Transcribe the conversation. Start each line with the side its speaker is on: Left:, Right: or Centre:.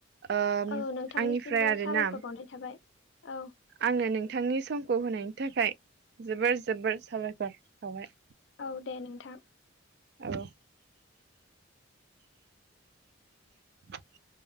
Right: ओ
Left: औ नोंथांनिसिमबो
Right: आंनिफ्राय आरोना।
Left: साबायखर बावनाय थाबाय औ
Right: आंनो नोंथांनि समखौ होनायनि थाखाय जोबोर जोबोर साबायखर बाउबाय।
Left: औ दे नोंथां।
Right: औ। <inaudible>